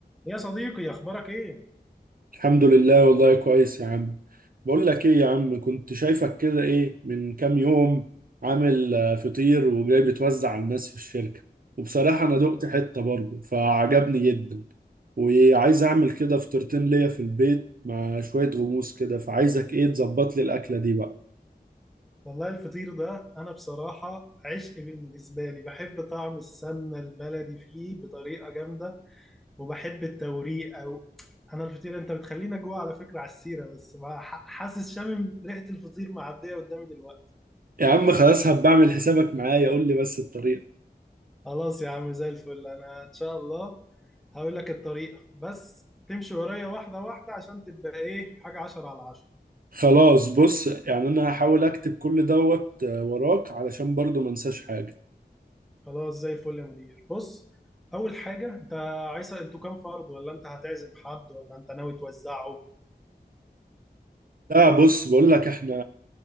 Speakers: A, in the centre; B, on the right (about 55°).
A: يا صديقي اخبارك ايه
B: الحمد لله والله كويس يا عم بقول لك ايه يا عم كنت شايفك كده ايه من كام يوم عامل آه، فطير وجاي بتوزع على الناس في الشركة وبصراحة انا دقت حتة برضه فعجبني جدا وعايز اعمل كده فطيرتين ليا في البيت مع شوية غموس كده فعايزك ايه تظبط لي الاكلة دي بقى
A: والله الفطير ده انا بصراحه عشق بالنسبه لي بحب طعم السمنه البلدي فيه بطريقه جامده وبحب التوريق او انا الفطير انت بتخلينا جوه على فكره على السيره بس بقى ح- حاسس شامم ريحه الفطير معديه قدامي دلوقتي
B: يا عم خلاص هبقى اعمل حسابك معايا قول لي بس الطريقة
A: خلاص يا عم زي الفل انا ان شاء الله هقول لك الطريقه بس تمشي ورايا واحده واحده عشان تبقى ايه حاجه عشرة على عشرة
B: خلاص بص يعني انا هحاول اكتب كل دوت آه، وراك علشان برضه ما انساش حاجة
A: خلاص زي الفل يا مدير بص اول حاجه انت عايز انتوا كام فرد ولا انت هتعزم حد ولا انت ناوي توزعه
B: لا بص بقول لك احنا